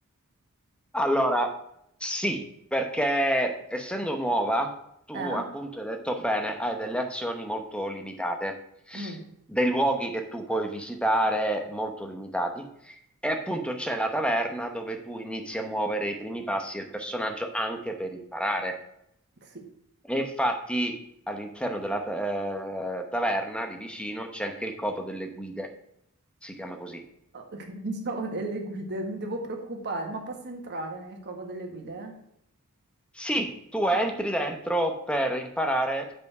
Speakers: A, in the centre; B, on the right.
A: Allora, sì, perché essendo nuova, tu
B: Eh?
A: appunto hai detto bene, hai delle azioni molto limitate,
B: Mm,
A: dei luoghi che tu puoi visitare molto limitati. E appunto c'è la taverna dove tu inizi a muovere i primi passi del personaggio anche per imparare.
B: sì,
A: E infatti all'interno della ta- eh, taverna lì vicino c'è anche il copo delle guide, si chiama così
B: Oh, <laughs> pensavo delle guide, mi devo preoccupare, ma posso entrare nel covo delle guide?
A: Sì, tu
B: Ah,
A: entri dentro per imparare